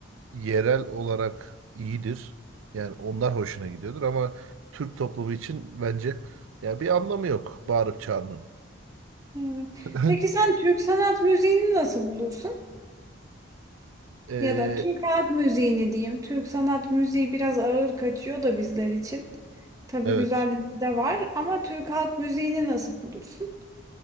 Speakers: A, on the right; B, on the right.
A: yerel olarak iyidir. Yani onlar hoşuna gidiyordur ama Türk toplumu için bence ya bir anlamı yok bağırıp çağırmanın.
B: evet.
A: <laughs>
B: Peki sen Türk sanat müziğini nasıl bulursun?
A: Ee,
B: Ya da Türk halk müziğini diyeyim. Türk sanat müziği biraz ağır kaçıyor da bizler için. Tabii
A: evet.
B: güzelliği de var ama Türk halk müziğini nasıl bulursun?